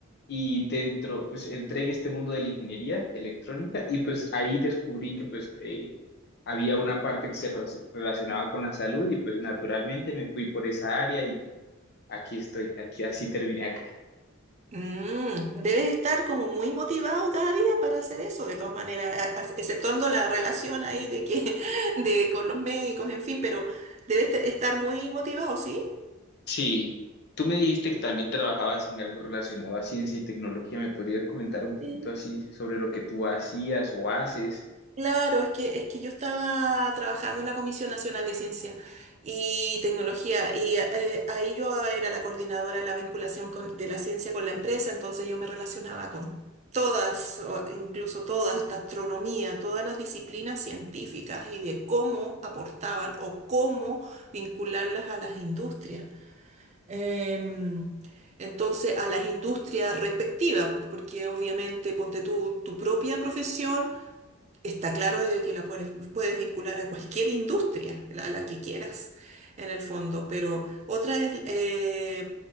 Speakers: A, on the left; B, on the right.
A: y dentro, pues entré en este mundo de la ingeniería electrónica y pues ahí descubrí que pues eh, había una parte que se relac- relacionaba con la salud y pues naturalmente me fui por esa área y aquí estoy, aquí así terminé acá.
B: Mm, debes estar como muy motivado cada día para hacer eso, de todas maneras, a- a- exceptuando la relación ahí de que, <laughs> de con los médicos, en fin, pero debes te- estar muy motivado, ¿sí?
A: Sí, tú me dijiste que también trabajabas en algo relacionado a ciencia y tecnología. ¿Me podrías comentar un poquito
B: Sí.
A: así sobre lo que tú hacías o haces?
B: Claro, es que, es que yo estaba trabajando en la Comisión Nacional de Ciencia y Tecnología y eh, ahí yo era la coordinadora de la vinculación con- de la ciencia con la empresa, entonces yo me relacionaba con todas, o incluso todas, hasta astronomía, todas las disciplinas científicas y de cómo aportaban o cómo vincularlas a las industrias. Em, entonces, a las industrias respectivas, porque obviamente ponte tú tu propia profesión está claro de que la puedes, puedes vincular a cualquier industria, la- a la que quieras, en el fondo. Pero otra es, eh,